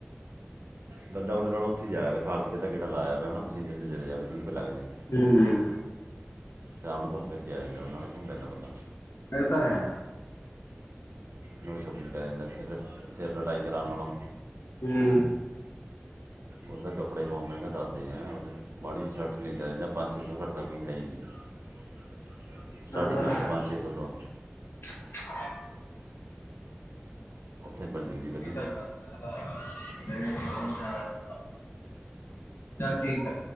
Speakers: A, on the right; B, on the left.
A: ਬੰਦਾ ਉਹਦੇ ਨਾਲ ਉੱਥੇ ਜਾਇਆਵੇ ਸਾਲ ਚ ਕਿ ਕਿਹੜਾ ਲਾਇਆ ਵਾ ਪਸੇਜਰ ਚਲੇ ਜਾਵੇ ਵੀ ਲੱਗਦੇ
B: ਹੂੰ
A: ਸ਼ਾਮ ਨੂੰ ਘੁੰਮ ਫਿਰ ਕੇ ਆਇ ਜਾਂ ਗਿਆ ਉਹ ਨਾਲੇ ਘੁੰਮ ਪੈਂਦਾ ਬੰਦਾ
B: ਏ ਤਾਂ ਹੈ
A: ਨੜੀ ਸ਼ੋਪਿੰਗ ਕਰੀ ਦਿੰਦਾ ਇਥੇ ਇਥੇ ਲੜਾਈ ਕਰਾਨ ਨਾਲੋ
B: ਹਮ
A: ਉਹ ਤਾਂ ਕੱਪੜੇ ਬਹੁਤ ਮਹਿੰਗਾ ਦੱਸਦੇ ਆ ਮਾੜੀ ਚ ਸ਼ਰਟ ਲੈਂਦਾ ਰਹਿ ਪੰਜ ਛੇ ਸੌ ਘੱਟ ਤਾਂ ਕੋਈ ਹੈ ਹੀ ਨਹੀਂ ਸਟਾਰਟਿੰਗ
B: ਇਹ ਤਾਂ
A: ਹੈ ਮਤਲਬ ਪੰਜਛੇ ਸੌ ਤੋਂ
B: <inaudible>
A: ਉੱਥੇ ਮਿਲ ਜਾਂਦੀ
B: ਉਹ
A: ਵਧੀਆ
B: ਤਾਂ ਗੱਲ ਹੈ ਰ ਬਹੁਤਿਆਦਾ ਚੱਲ ਠੀਕ ਏ